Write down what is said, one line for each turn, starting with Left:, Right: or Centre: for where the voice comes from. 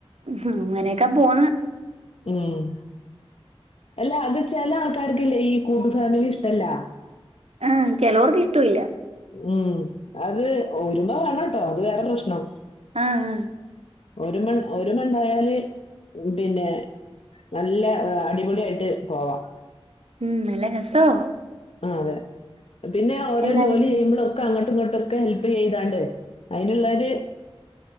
Right: ഉം അങ്ങനെയൊക്കെ പോന്ന്
Left: ഉം അല്ല അത് ചെല ആൾക്കാർക്കില്ലേ ഈ കൂട്ടു ഫാമിലി ഇഷ്ടല്ല
Right: ഏഹ് ചെലോർക്ക് ഇഷ്ടവില്ല
Left: ഉം അത് ഒരുമ വേണോട്ടോ അത് വേറെ പ്രശ്നം
Right: ആഹ് ആഹ്
Left: ഒരുമ ഒരുമണ്ടായാല് പിന്നെ നല്ല അടിപൊളിയായിട്ട് പോവാം
Right: ഉം നല്ല രസാവും
Left: ആഹ് അതെ പിന്നെ ഓരോ
Right: എല്ലാരും
Left: ജോലി
Right: കൂടെ
Left: ചെയ്യുമ്പൊളൊക്കെ അങ്ങട്ടും ഇങ്ങട്ടൊക്കെ ഹെൽ പ്പ് ചെയ്താണ്ട് അയിനുള്ളൊര്